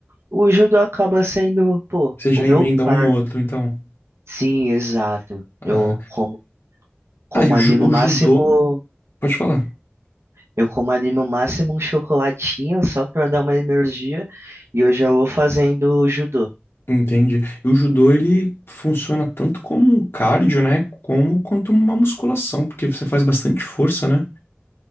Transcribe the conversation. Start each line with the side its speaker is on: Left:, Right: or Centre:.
Right: O judô acaba sendo, pô,
Left: Você já
Right: o meu
Left: emenda
Right: car.
Left: um no outro, então.
Right: Sim, exato.
Left: Ah,
Right: Eu como, como
Left: ah, e o,
Right: ali
Left: ju-
Right: no
Left: o
Right: máximo,
Left: judô. Pode falar.
Right: eu como ali no máximo um chocolatinho só para dar uma energia e eu já vou fazendo judô.
Left: Entendi. E o judô, ele funciona tanto como um cardio, né? Como quanto uma musculação, porque você faz bastante força, né?